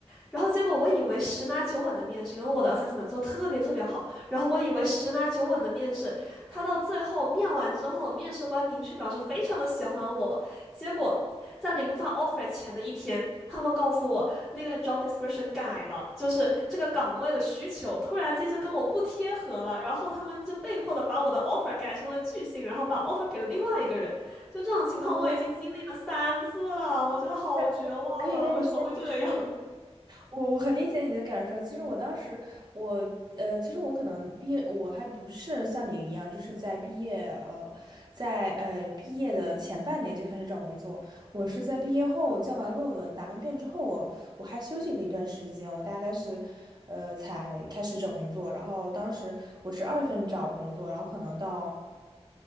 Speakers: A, in the centre; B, on the right.
A: 然后结果我以为十拿九稳的面试，因为我的 assessment 做得特别特别好，
B: 嗯，
A: 然后我以为十拿九稳的面试，他到最后面完之后，面试官明确表示非常的喜欢我，结果在零发 offer 前的一天，他们告诉我那个 job description 改了，就是这个岗位的需求突然间就跟我不贴合了，然后他们就被迫的把我的 offer 改成了拒信，然后把 offer 给了另外一个人。就这种情况，
B: 呃，
A: 我已经经历了三次了，
B: 我
A: 我觉得好绝望啊！
B: 感觉我可以问一下你是
A: 为什么会这样？
B: 我我很理解你的感受。其实我当时，我呃，其实我可能毕业，我还不是像你一样，就是在毕业呃，在呃毕业的前半年就开始找工作。我是在毕业后交完论文、答完辩之后，我我还休息了一段时间，我大概是呃才开始找工作。然后当时我是二月份找工作，然后可能到。